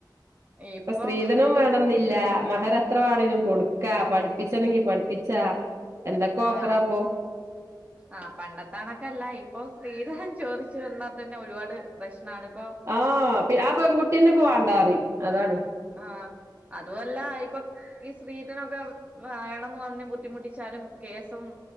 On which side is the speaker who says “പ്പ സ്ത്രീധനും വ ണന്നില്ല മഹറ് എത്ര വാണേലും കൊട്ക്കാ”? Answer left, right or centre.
Right